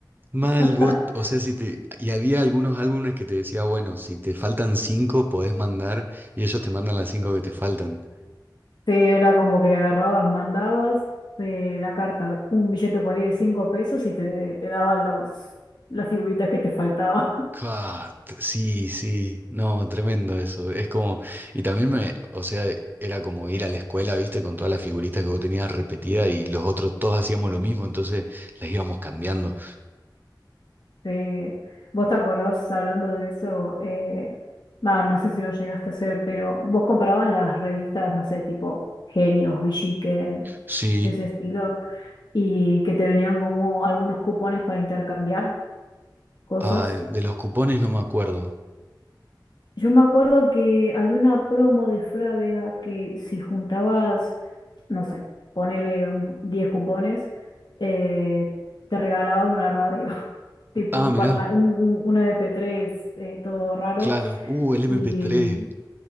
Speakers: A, on the right; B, on the left.
A: Mal,
B: <laughs>
A: vos, o sea, si te, y había algunos álbumes que te decía, bueno, si te faltan cinco, podés mandar, y ellos te mandan las cinco que te faltan.
B: sí, era como que agarrabas, mandabas eh, la carta, un billete por ahí de cinco pesos y te, te daban los, las figuritas que te faltaban.
A: Ca- Sí, sí, no, tremendo eso. Es como, y también me, o sea, era como ir a la escuela, viste, con todas las figuritas que vos tenías repetidas y los otros todos hacíamos lo mismo, entonces las íbamos cambiando.
B: Sí. ¿Vos te acordás hablando de eso? Eh, bah, no sé si lo llegaste a hacer, pero vos comprabas las revistas, no sé, tipo Genios, Villiquen,
A: Sí,
B: de ese estilo, y que te venían como algunos cupones para intercambiar cosas.
A: ah, de
B: Eh,
A: los cupones no me acuerdo.
B: Yo me acuerdo que había una promo de Frávega que si juntabas, no sé, ponele un- 10 cupones, eh, te regalaban una radio, <laughs> tipo
A: Ah,
B: un,
A: mirá,
B: parla- un, un- un MP3 eh, todo raro.
A: claro, uh, el MP3,
B: Y,